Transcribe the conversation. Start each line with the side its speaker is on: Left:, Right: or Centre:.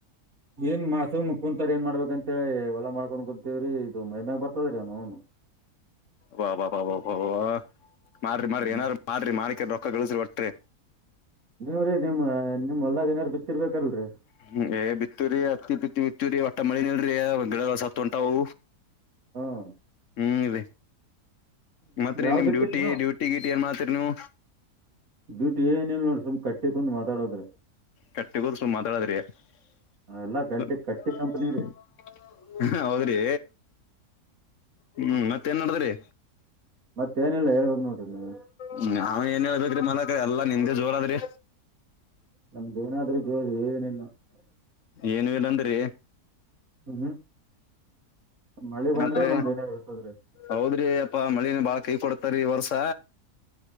Right: ಏನ್ ಮಾಸು ಕುಂತಾರ ಏನ್ ಮಾಡ್ಬೇಕ ಅಂತೇಳಿ ಹೊಲ ಮಾಡ್ಕೊಂಡು ಕುಂತೀವ್ರೀ ಇದು ಮೈಮ್ಯಾಗ ಬರ್ತದ್ರೀ ಅವ್ನುನು
Left: ವಾ ಬ ಬ ವ ಬ್ ಮಾಡ್ರಿ ಮಾಡ್ರಿ
Right: ಹ್ಮ್
Left: ಏನಾರು ಮಾಡ್ರಿ ಮಾಡ್ಕ ರೊಕ್ಕ ಗಳಸ್ರಿ ಒಟ್ರಿ
Right: ನೀವ್ರೀ ನಿಮ್ಮ ನಿಮ್ ಹೊದಾಗ ನಯಾರ ಬಿತ್ತಿರ್ಬೇಕಲ್ರರಿ
Left: ಹ್ಮ್ ಏ ಬಿತ್ತೂರಿ ಹತ್ತಿ ಬಿತ್ತಿ ಬಿತ್ತೂರಿ ಒಟ್ಟ ಮಳಿನೆ ಇಲ್ರೀ ಗಿಡಗಳು ಸತ್ ಉಂಟಾವು
Right: ಹ್ಮ್
Left: ಹ್ಮ್ ಮತ್ರೀ
Right: ಯಾವಾಗ್
Left: ನಿಮ್
Right: ಬಿತ್ತಿರಿ
Left: ಡ್ಯೂಟಿ
Right: ನೀವು
Left: ಡ್ಯೂಟ್ ಟ್ಟಿ ಗಿಟ್ಟಿ ಏನ್ ಮಾಡ್ತಿರ್ ನೀವು
Right: ಡ್ಯೂಟಿ ಏನಿಲ್ ನೋಡ್ ಸ್ವಲ್ಪ ಕಟ್ಟಿ ಕುಂಡ್ ಮಾತಾಡುದ್ರೆ
Left: ಕಟ್ಟಿ ಹೋದ ಸ್ವಲ್ಪ್ ಮಾತಾಡದ್ರಿ ಅಹ್ಮ್
Right: ಆ, ಎಲ್ಲಾ ಗಡ್ಡಿ ಕಟ್ಟಿ ಕಂಪನಿ ರೀ
Left: ಹೌದ್ರಿ ಹ್ಮ್ ಮತ್ತೇನ್ ಮಾಡದ್ರಿ
Right: ಮತ್ತೇನಿಲ್ಲ ಹೇಳ್ಬೇಕ್ ನೋಡ್ರಿ ನೀವು
Left: ಹ್ಮ್ ಅವ್ನ್ ಏನ್ ಹೇಳ್ಬೇಕ್ರೀ ಮನಕರಿ ಎಲ್ಲಾ ನಿಮ್ದೇ ಜೋರ ಆದ್ರಿ
Right: ನಮ್ದೇನಾದ್ರೂ ಜೋರು ಏನಿಲ್ಲ
Left: ಏನು ಇಲ್ಲ ಅಂದ್ರೆ
Right: ಹ್ಮ್ ಮಳೆ ಬಂದ್ರೆ
Left: ಮತ್ರಿ
Right: ನಮ್ದು ಏನ ಇರ್ತದ್ರೀ
Left: ಹೌದ್ರಿ ಯಪ್ಪಾ ಮಳಿನ ಬಾಳ್ ಕೈ ಕೊಡ್ತರೀ ಈ ವರ್ಸ